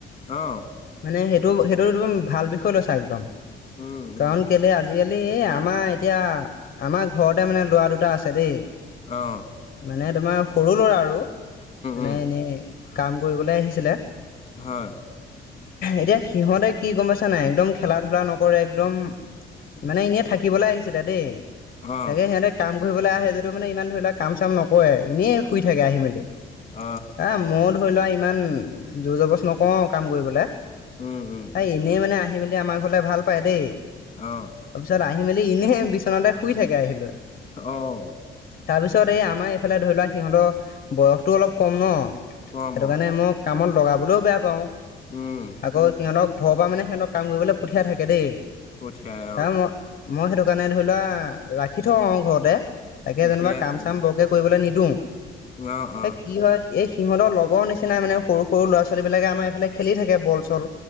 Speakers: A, on the left; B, on the left.
A: অ
B: মানে সেইটো সেইটো এক ভাল বিষয় লৈছা একদম
A: উম
B: কাৰণ
A: উম
B: কেলে আজিকালি এয়া আমাৰ এতিয়া আমাৰ ঘৰতে মানে লৰা দুটা আছে দেই
A: অহ
B: মানে তোমাৰ সৰু ল'ৰা আৰু মানে
A: উম
B: এনেই কাম কৰিবলৈ আহিছিলে।
A: হয়
B: এতিয়া সিহঁতে কি গম পাইছা নাই একদম খেলা ধূলা নকৰে একদম মানে এনেই থাকিবলৈ আহিছিলে দেই।
A: অ
B: তাকে সিহঁতে কাম কৰিবলৈ আহে যদিটো মানে ইমান ধৰিলোৱা কাম চাম নকৰে। এনেই শুই
A: নকয়
B: থাকে আহি মেলি
A: অ
B: এ মই ধৰি লোৱা ইমান জোৰ জবছ নকৰো আও কাম কৰিবলে।
A: উম উম
B: এনেই মানে আহি মেলি আমাৰ ঘৰলে ভাল পায় দেই।
A: অহ।
B: তাৰপিছত আহি মেলি ইনেই বিচনাতে শুই থাকে আহি লৈ।
A: অহ।
B: তাৰপিছত এই আমাৰ এইফালে ধৰি লোৱা সিহঁতৰ বয়সটো অলপ কম ন
A: কম
B: সেইটো
A: অ
B: কাৰণে মোক কামত লগাবলৈও বেয়া পাওঁ
A: উম
B: আকৌ সিহঁতক ঘৰৰ পৰা মানে সিহঁতক কাম কৰিবলৈ পঠিয়াই থেকে দেই
A: পঠিয়াই অ
B: হা মই মই সেইটো কাৰণে ধৰি লোৱা ৰাখি থওঁ অ ঘৰতে তাকে
A: ঠিকে
B: যেনোবা
A: আছে
B: কাম চাম বৰকে কৰিবলৈ নিদিওঁ
A: অ অ
B: এই কি হয় এই সিহঁতৰ লগৰ নিচিনা মানে সৰু সৰু ল'ৰা ছোৱালীবিলাকে আমাৰ এইফালে খেলি থাকে বল চল